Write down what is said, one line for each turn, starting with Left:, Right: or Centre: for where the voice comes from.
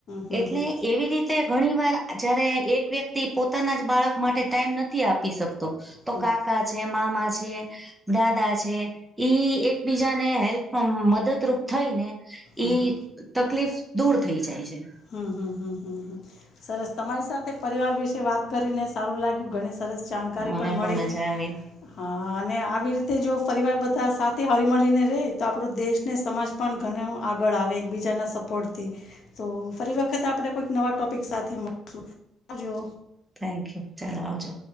Left: હમ
Centre: એટલે
Left: હમ
Centre: એવી રીતે તે ઘણી વાર જયારે એક વ્યક્તિ પોતાના જ બાળક માટે ટાઈમ નથી આપી શકતો તો
Left: હમ
Centre: કાકા છે મામા છે દાદા છે ઈ એક બીજાને હેલ્પ મદદરૂપ થઈ ને
Left: હમ
Centre: ઈ
Left: હમ
Centre: તકલીફ દૂર થઈ જાય છે.
Left: હમમમ સરસ તમારી સાથે પરિવાર વિશે વાત કરીને સારું લાગ્યું ગણ. સરસ જાણકારી
Centre: મને
Left: પણ મળી.
Centre: મજા આવી
Left: હા અને આવી રીતે જો પરિવાર બધા સાથે હળી મળીને ર રહે તો આપણો દેશ ને સમાજ. પણ ઘણા આગળ આવે એકબીજાના સ્પોર્ટ થી તો. ફરી વખત આપણે કોઈક નવા ટોપિક સાથે મળશું આવજો.
Centre: થેન્ક યુ ચાલો આવજો.